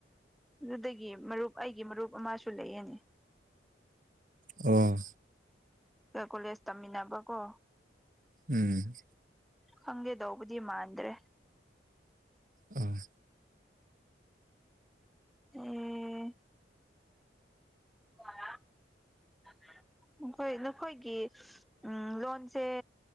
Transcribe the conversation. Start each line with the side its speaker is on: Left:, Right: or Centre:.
Centre: ꯑꯗꯨꯗꯒꯤ ꯃꯔꯨꯞ ꯑꯩꯒꯤ ꯃꯔꯨꯞ ꯑꯃꯁꯨ ꯂꯩꯑꯅꯤ
Right: ꯑ
Centre: ꯀꯣꯂꯦꯖ ꯇꯝꯃꯤꯟꯅꯕꯀꯣ
Right: ꯎꯝ
Centre: ꯈꯪꯒꯦ ꯇꯧꯕꯗꯤ ꯃꯥꯟꯗ꯭ꯔꯦ
Right: ꯑ
Centre: ꯑꯦ ꯑ <inaudible> ꯅꯈꯣꯏ ꯅꯈꯣꯏꯒꯤ ꯎ ꯂꯣꯟꯁꯦ